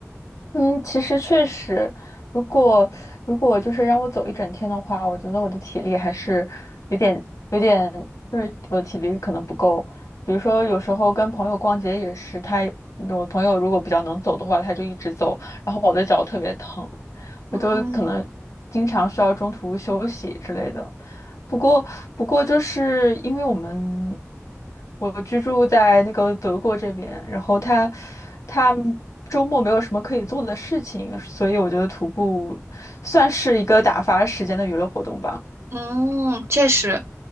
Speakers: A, on the left (about 80°); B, on the right (about 55°).
A: 嗯，其实确实，如果如果就是让我走一整天的话，我觉得我的体力还是有点有点，就是我的体力可能不够。比如说，有时候跟朋友逛街也是，他我朋友如果比较能走的话，他就一直走，然后我的脚特别疼。
B: 嗯
A: 我就可能经常需要中途休息之类的。不过，不过就是因为我们我居住在那个德国这边，然后他他周末没有什么可以做的事情，所以我觉得徒步算是一个打发时间的娱乐活动吧。
B: 嗯，确实。